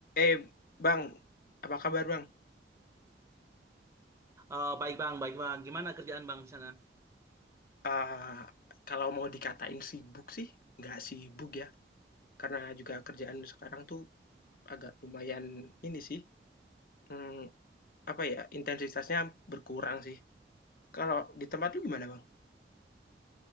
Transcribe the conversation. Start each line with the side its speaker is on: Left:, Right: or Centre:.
Left: Eh, Bang, apa kabar, Bang?
Right: Eh, baik bang, baik bang. Gimana kerjaan bang di sana?
Left: Eee, kalau mau dikatain sibuk sih, nggak sibuk ya, karena juga kerjaan sekarang tuh agak lumayan ini sih, mmm, apa ya, intensitasnya berkurang sih. Kalau di tempat lu gimana, Bang?